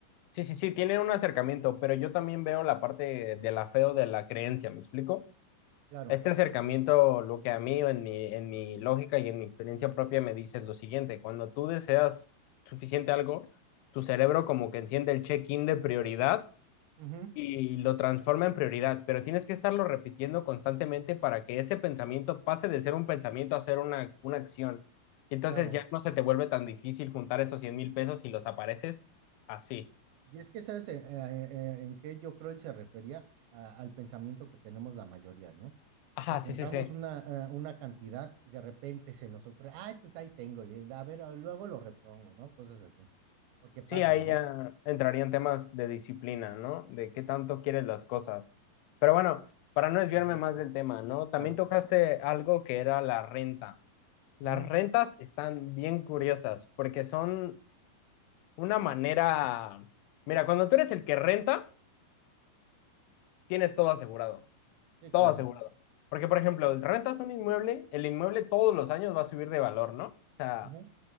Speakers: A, on the left; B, on the right.
A: Sí, sí, sí, tienen un acercamiento, pero yo también veo la parte del afeo de la creencia, ¿me explico?
B: Claro,
A: Este acercamiento, lo que a mí, en mi, en mi lógica y en mi experiencia propia, me dice es lo siguiente, cuando tú deseas suficiente algo, tu cerebro como que enciende el check-in de prioridad
B: ujú,
A: y lo transforma en prioridad, pero tienes que estarlo repitiendo constantemente para que ese pensamiento pase de ser un pensamiento a ser una, una acción. Y entonces
B: claro.
A: ya no se te vuelve tan difícil juntar esos cien mil pesos y los apareces así.
B: Y es que sabes eh, eh, eh, en qué yo creo él se refería A- al pensamiento que tenemos la mayoría, ¿no?
A: Ajá,
B: De que juntamos
A: sí, sí, sí.
B: una, eh, una cantidad y de repente se nos ocurre, ay, pues ahí tengo, y a ver, ah, luego lo repongo, ¿no? Cosas así. Porque
A: Sí,
B: pasa,
A: ahí
B: ¿no?
A: ya entrarían temas de disciplina, ¿no? De qué tanto quieres las cosas. Pero bueno, para no desviarme
B: Ajá,
A: más del tema, ¿no? También
B: claro.
A: tocaste algo que era la renta. Las
B: ujú,
A: rentas están bien curiosas porque son una manera... Mira, cuando tú eres el que renta, tienes todo asegurado,
B: Sí,
A: todo
B: claro.
A: asegurado. Porque, por ejemplo, rentas un inmueble, el inmueble todos los años va a subir de valor, ¿no? O sea,
B: ujú.